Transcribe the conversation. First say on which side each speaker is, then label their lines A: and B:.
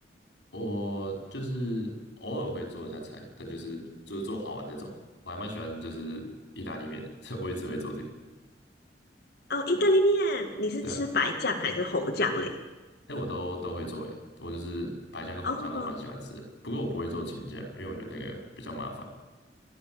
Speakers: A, on the left (about 80°); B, on the left (about 65°).
A: 我就是偶尔会做一下菜，但就是就是做好玩这种。我还蛮喜欢就是意大利面的，<laughs> 我一直会做这个。
B: 哦，意大利面，你是吃白酱还是红酱嘞？
A: 对啊，哎，我都都会做，哎，我就是白酱跟红酱都蛮喜欢吃的。
B: 哦，
A: 不过我不会做青酱，因为我觉得那个比较麻烦。